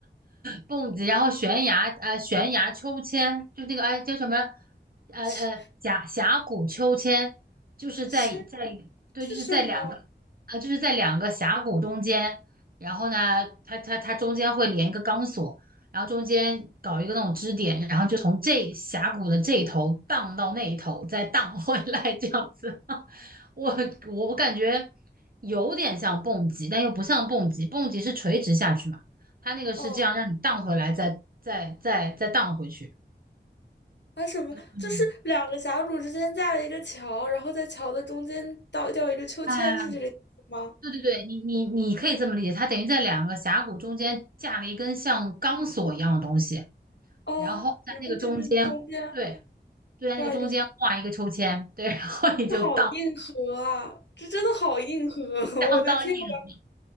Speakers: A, on the right; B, on the left.
A: 蹦极，然后悬崖，呃，悬崖秋千，就那个，哎，叫什么？呃呃，
B: 是
A: 峡峡谷秋千，就是在在
B: 是
A: 对，
B: 是什么？
A: 就是在两个，呃，就是在两个峡谷中间，然后呢，它它它中间会连一个钢索，然后中间搞一个那种支点，然后就从这峡谷的这一头荡到那一头，再荡回来这样子。<laughs> 我我我感觉有点像蹦极，但又不像蹦极，蹦极是垂直下去嘛。它那个是这样让你荡回来，
B: 哦，
A: 再再再再荡回去。
B: 还什么？
A: 嗯，
B: 就是两个峡谷之间架了一个桥，然后在桥的中间倒吊一个秋千，
A: 啊，
B: 是这个意思吗？
A: 对对对，你你你可以这么理解，它等于在两个峡谷中间架了一根像钢索一样的东西，
B: 哦，
A: 然后在那个中间，
B: 然后在那中间
A: 对，就在那个中间挂一个秋千，
B: 挂一个。
A: 对，然后你就荡，
B: 这好硬核啊！这真的好硬核，<laughs>
A: 相当硬核
B: 我的天呐！